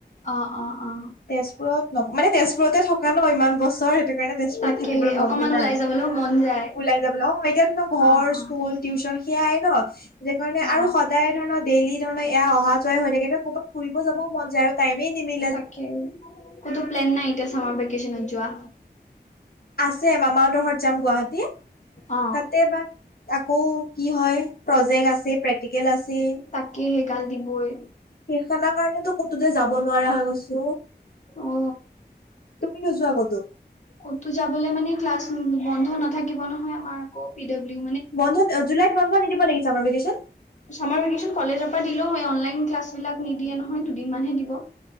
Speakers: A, on the left; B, on the left.
A: অ অ অ
B: তেজ পুৰত ন, মানে তেজপুৰতে থকা ন, ইমান বছৰ সেইটোকাৰণে তেজপুৰত
A: তাকে
B: থাকিবলে মনতটো
A: অকমান
B: নাই।
A: ওলাই যাবলৈও মন যায়
B: ওলাই যাবলে অ', এতিয়াতো ত' ঘৰ,
A: অ অ
B: স্কুল, টিউশন সেয়াই ন! সেইকাৰণে
A: অ
B: আৰু সদায় ধৰি লোৱা ডেইলি ধৰণৰ এয়া অহা যোৱায়ে হৈ থাকে ত', ক'ৰবাত ফুৰিব যাবও মন যায় আৰু টাইমে নিমি
A: তাকে, কতো প্লেন নাই এতিয়া চামাৰ ভেকেচনত যোৱা?
B: আছে, মামাহতৰ ঘৰত যাম গুৱাহাটী।
A: অ
B: তাতে বা আকৌ কি হয়, প্ৰজেক আছে, প্ৰেক্টিকেল আছেই।
A: তাকে, সেইগাল দিবই।
B: সেইখনৰ কাৰণেটো কতোতে যাব নোৱাৰা হৈ গৈছো।
A: অ
B: তুমি নোযোৱা কতো?
A: ক'তো যাবলে মানে ক্লাছ বন্ধ নাথাকিব নহয়, আমাৰ আকৌ পিডাব্লিউ
B: বন্ধত অ', জুলাইত বন্ধ নিদিব নিকি, চামাৰ ভেকেচন?
A: চামাৰ ভেকেচন কলেজৰ পৰা দিলেও এ, অনলাইন ক্লাছ বিলাক নিদিয়ে নহয়, দুদিনমানহে দিব।